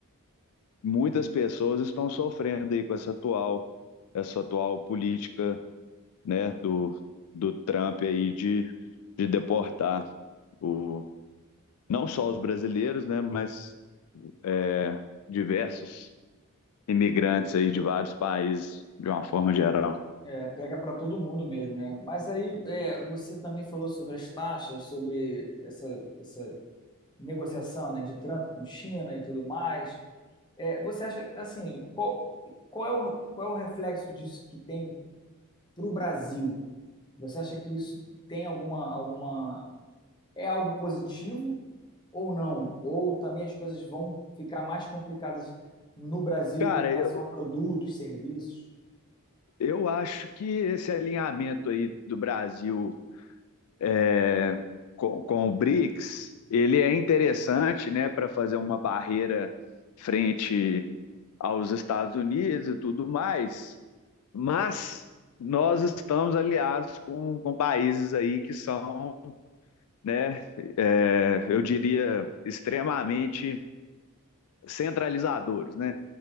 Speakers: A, on the left (about 75°); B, on the left (about 20°).
A: muitas pessoas estão sofrendo aí com essa atual, essa atual política, né, do, do Trump aí de, de deportar o, não só os brasileiros, né, mas é, diversos imigrantes aí de vários países de uma forma geral.
B: É, pega para todo mundo mesmo, né? Mas aí é, você também falou sobre as taxas, sobre essa, essa negociação, né, de Trump com China e tudo mais. É, você acha assim, qual, qual é o, qual é o reflexo disso que tem para o Brasil? Você acha que isso tem alguma, alguma é algo positivo ou não? Ou também as coisas vão ficar mais complicadas no Brasil
A: Cara,
B: com relação
A: eu,
B: a produtos, serviços?
A: eu acho que esse alinhamento aí do Brasil é, com, com o BRICS, ele é interessante, né, para fazer uma barreira frente aos Estados Unidos e tudo mais, mas nós estamos aliados com, com países aí que são, né, é, eu diria, extremamente centralizadores, né?